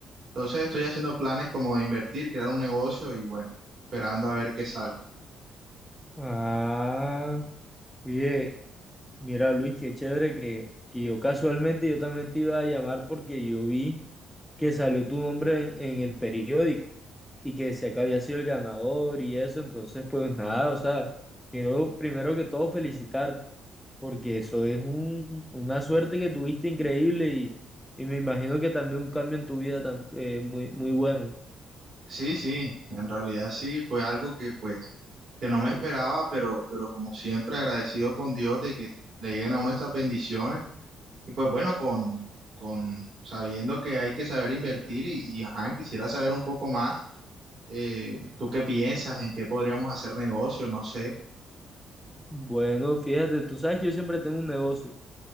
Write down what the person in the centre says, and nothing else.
Ah, oye, mira Luis, qué chévere que, que yo casualmente yo también te iba a llamar porque yo vi que salió tu nombre en, en el periódico y que decía que había sido el ganador y eso. Entonces, pues nada, o sea, quiero primero que todo felicitarte. porque eso es un, una suerte que tuviste increíble y, y me imagino que también un cambio en tu vida tam- eh, muy, muy bueno.
Bueno, fíjate, tú sabes que yo siempre tengo un negocio